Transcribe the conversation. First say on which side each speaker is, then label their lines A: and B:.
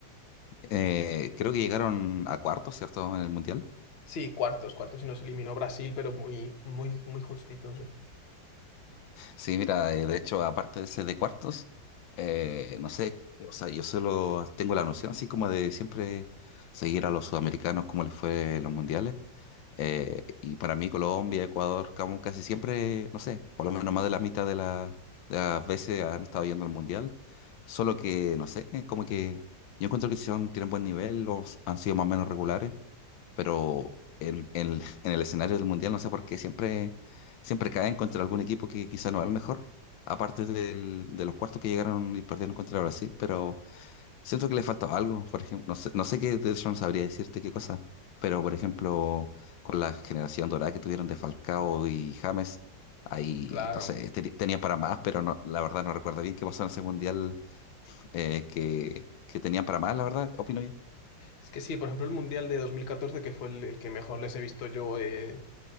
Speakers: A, on the left; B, on the left.
A: eh, creo que llegaron a cuarto, ¿cierto? En el Mundial.
B: sí, cuartos, cuartos y nos eliminó Brasil, pero muy, muy, muy justitos. eh.
A: Sí, mira, eh, de hecho, aparte de ese de cuartos, eh, no sé, o sea, yo solo tengo la noción así como de siempre seguir a los sudamericanos como les fue en los mundiales. Eh, y para mí Colombia, Ecuador, como casi siempre, no sé, por lo menos más de la mitad de, la- de las veces han estado yendo al mundial. Solo que, no sé, eh, como que yo encuentro que son, tienen buen nivel, los han sido más o menos regulares pero en, en- <laughs> en el escenario del mundial no sé por qué siempre, siempre caen contra algún equipo que quizá no es el mejor, aparte del- de los cuartos que llegaron y perdieron contra Brasil, pero siento que le faltaba algo, por ejemplo, no sé, no sé qué, de eso no sabría decirte qué cosa, pero por ejemplo, con la generación dorada que tuvieron de Falcao y James, ahí,
B: Claro.
A: no sé, teni- tenían para más, pero no, la verdad no recuerdo bien qué pasó en ese mundial eh, que, que tenían para más, la verdad, opino yo.
B: Es que sí, por ejemplo, el Mundial de 2014, que fue el, el que mejor les he visto yo, eh,